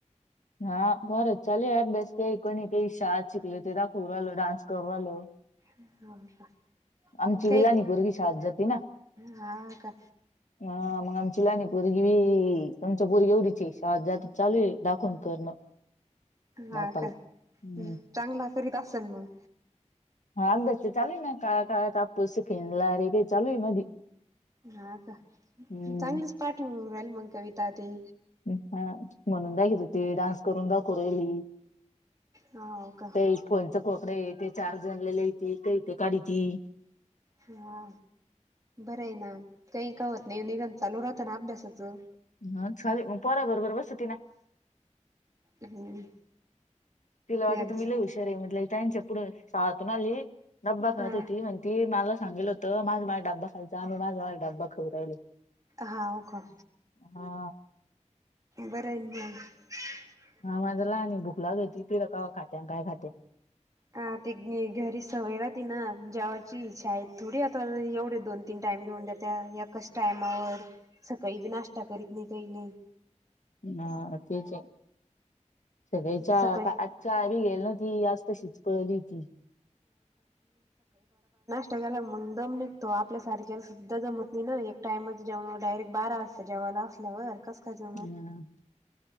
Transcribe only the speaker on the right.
<unintelligible> का
काही
हा का
हा
का
चांगला करीत असेल मग
हा आता
चांगलीच पाठ होऊ राहिली मंग कविता ते
हाव का
हा बरं ए ना काही का होत नाही, निदान चालू राहतं ना अभ्यासाचं,
हम्म,
ते
अगदीच
हा
हाऊ का,
बरंय ना मग, <unintelligible>
हा ते घरी सवय राहती ना जेवाची, शाळेत थोडी आता एवढे दोन तीन टाईम, टाईम लिहून देतात, एकाच टायमावर सकाळी बी नाश्ता करीत नई काई नई,
सकाळी
मंग दम निघतो आपल्यासारख्याला सुद्धा दमत नाही ना, एक टाइमच जेवन डायरेक्ट बारा वाजता जेव <unintelligible> असल्यावर, काय जमल